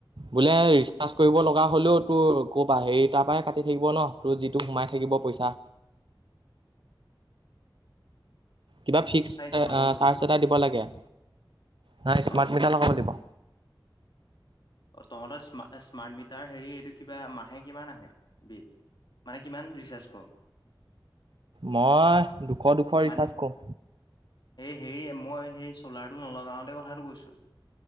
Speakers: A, on the right; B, on the left.
A: বোলে ৰিচাৰজ কৰিব লগা হলেও তোৰ ক'বা হেৰি তাৰ পৰা কাটি থাকিব ন তোৰ যিটো সোমাই থাকিব। পইচা কিবা ফিক্স চাৰ্জ
B: স্মলটো
A: এটা দিব লাগে। নাই স্মাৰ্ট
B: অ'।
A: মিটাৰ লগাব লাগিব।
B: অ, তহতৰ্ম স্মাৰ্ট মিটাৰ হেৰি এইটো কিবা মাহে কিমান আহে বিল মানে। কিমান ৰিচাৰ্জ কৰ?
A: মই দুশ - দুশ
B: মানে
A: ৰিচাৰ্জ কৰো।
B: এই হে মই সেই চলাৰটো নলগাওতে কথাটো কৈছো।